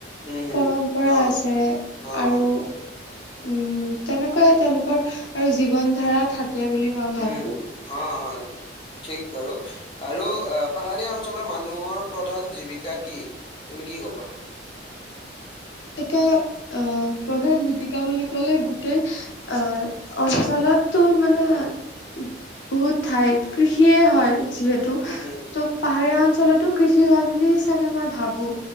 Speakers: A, on the left; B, on the left.
A: উম,
B: পৰম্পৰা
A: অ',
B: আছে
A: অ',
B: আৰু উম তেনেকুৱাই তেওঁলোকৰ আৰু জীৱন ধাৰা থাকে বুলি। অ মই ভাবো।
A: উম, অ', হয় হয়। ঠিক বাৰু আৰু পাহাৰীয়া অঞ্চলৰ মানুহৰ প্ৰধান জীৱিকা কি। তুমি কি কবা।
B: এতিয়া আহ প্ৰধান জীৱিকা বুলি ক'লে গোটেই আহ অঞ্চলত তাতো মানে বহুত ঠাই কৃষিয়ে
A: উম।
B: হয় যিহেতু
A: উম, হুম।
B: ত' পাহাৰীয়া অঞ্চলতো কৃষি হয় বুলি চাগে মই ভাবো